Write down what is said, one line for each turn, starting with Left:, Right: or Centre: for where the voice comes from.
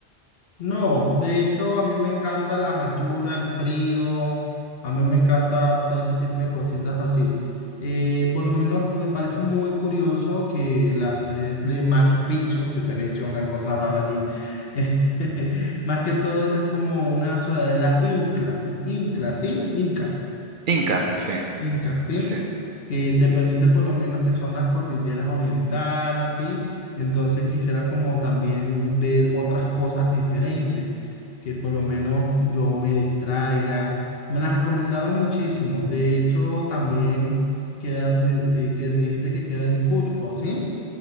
Left: No, de hecho a mí me encanta las alturas, el frío, a mí me encanta todo ese tipo de cositas así. Eh, por lo menos me parece muy curioso que las ciudades de Machu Picchu, yo te había dicho una cosa rara allí, <laughs> más que todo eso es como una ciudadela incla, incla, ¿sí? Inca.
Right: Inca, sí,
Left: Inca, ¿sí?
Right: así,
Left: Que te permite por lo menos que son las cordilleras oriental, ¿sí? Entonces quisiera como también ver otras cosas diferentes, que por lo menos yo me distraiga. Me las recomendaron muchísimo. De hecho, también queda, me- eh, que me dijiste que queda en Cusco, ¿sí?